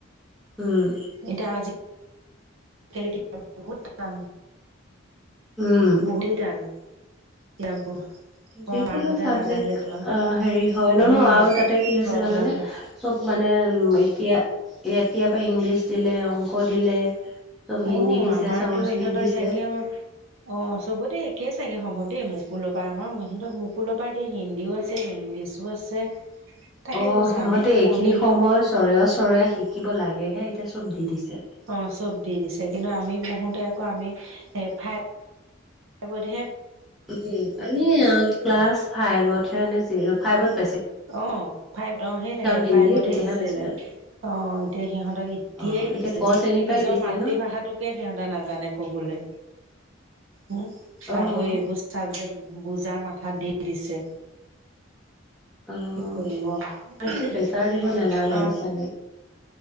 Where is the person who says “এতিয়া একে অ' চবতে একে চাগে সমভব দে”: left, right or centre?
Right